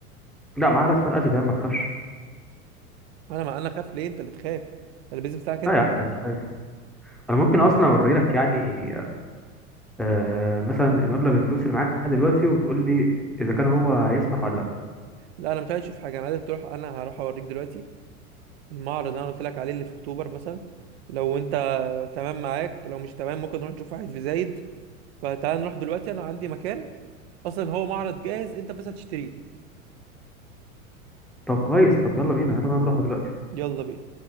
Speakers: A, in the centre; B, on the right (about 45°).
A: لا معايا راس مال قد ده ما تخافش
B: انا ما انا خاف ليه انت اللي تخاف ده البيزنس بتاعك انت
A: لا يا عم انا مش خايف انا ممكن اصلا اوري لك يعني آه، مثلا المبلغ الفلوس اللي معايا دلوقتي وتقول لي اذا كان هو هيسمح ولا لا
B: لا انا مش عايز اشوف حاجه انا عايزك تروح انا هروح اوريك دلوقتي المعرض اللي انا قلت لك عليه اللي في اكتوبر مثلا لو انت تمام معاك لو مش تمام ممكن نروح نشوف واحد في زايد فتعال نروح دلوقتي انا عندي مكان اصلا هو معرض جاهز انت بس هتشتريه
A: طب كويس طب يلا بينا يلا بقى نروح دلوقتي
B: يلا بينا